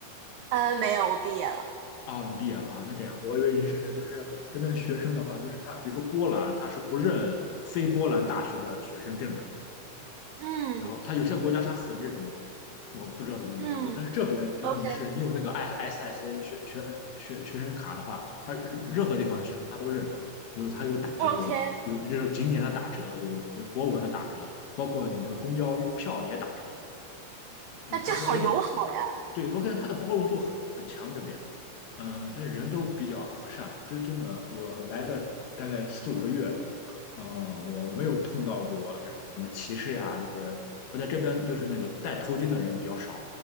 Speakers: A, on the right (about 85°); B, on the left (about 70°).
A: 嗯，没有，我毕业了。
B: 哦，你毕业了啊，那这样，我以为您是学，就是这边学生的话，就是他，比如说波兰，他是不认非波兰大学的学生证的。
A: 嗯
B: 然后它有些国家它很这种，我不知道怎么描述，
A: 嗯，OK
B: 但是这边只要你是你有那个 I SSA 学学学学生卡的话，它任何地方学生他都认的。比如它有打折，
A: OK，
B: 有有这种景点的打折，有呃博物馆的打折，包括你的公交票也打折。对，
A: 那这好友好呀。
B: 它我感觉，对我感觉它的包容度很很强这边。呃，但人都比较和善，这真的，我来的大概四五个月，呃，我没有碰到过这种什么歧视呀这些。我在这边就是那个戴头巾的人比较少，